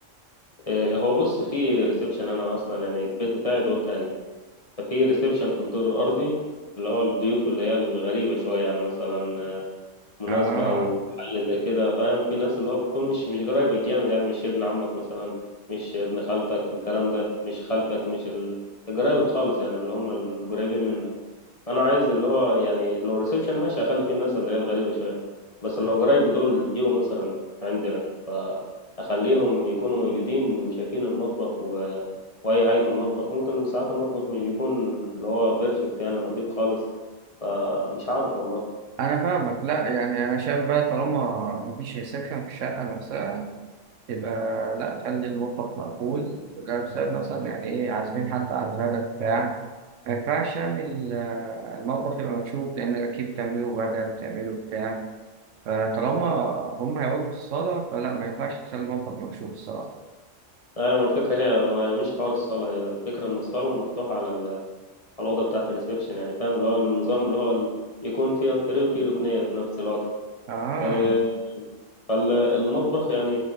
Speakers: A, on the left; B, on the right.
A: إيه، هو بص في ريسبشن انا اصلا يعني البيت بتاعي دور تاني ففي ريسبشن في الدور الارضي اللي هو الضيوف اللي هي الغريبة شوية يعني مثلا مناسبة
B: اه
A: أو حاجة زي كده فاهم في ناس اللي هو بتكون مش مش قرايبك جامد يعني مش ابن عمك مثلا مش ابن خالتك الكلام ده مش خالتك مش ال- القرايب الخالص يعني اللي هم القريبين منك أنا عايز اللي هو يعني لو ريسبشن ماشي أخلي فيه الناس اللي هي الغريبة شوية بس لو قرايب دول جيوا مثلا عندنا فأخليهم يكونوا موجودين وشايفين المطبخ و... وأي حاجة في المطبخ ممكن ساعات المطبخ مش بيكون اللي هو بيرفكت يعني نظيف خالص فمش عارف والله
B: انا فاهمك لا يعني انا شايف بقى طالما مفيش ريسبشن في الشقة نفسها يبقى لا خلي المطبخ مقفول وده بسبب مثلا يعني ايه عازمين حد على الغدا بتاع ما ينفعش يعني ال- المطبخ يبقى مكشوف لأنك أكيد بتعمله غدا بتعمله بتاع فطالما هم هيقعدوا في الصالة فلا ما ينفعش تخلي المطبخ مكشوف الصراحة
A: ايوه ما الفكره هي هو مش حوار الصاله هي الفكره ان الصاله مفتوحه على ال- على الاوضه بتاعه الريسبشن يعني فاهم اللي هو النظام اللي هو ال- يكون فيه انتريه وفيه ركنيه في نفس الوقت
B: آه
A: آه، فالمطبخ يعني